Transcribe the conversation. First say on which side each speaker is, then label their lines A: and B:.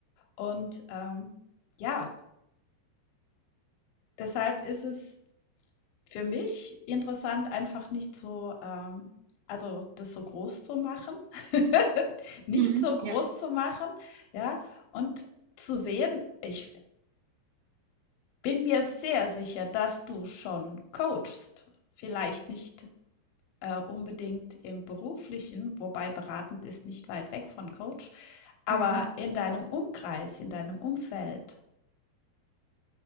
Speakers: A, on the left; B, on the right.
A: Und, ähm, ja, deshalb ist es für mich interessant, einfach nicht so, ähm also das so groß zu machen, <laughs> nicht
B: Mhm.
A: so groß
B: Ja.
A: zu machen, ja, und zu sehen, ich bin mir sehr sicher, dass du schon coachst. Vielleicht nicht, äh, unbedingt im Beruflichen, wobei beratend ist nicht weit weg von Coach, aber
B: Mhm.
A: in deinem Umkreis, in deinem Umfeld.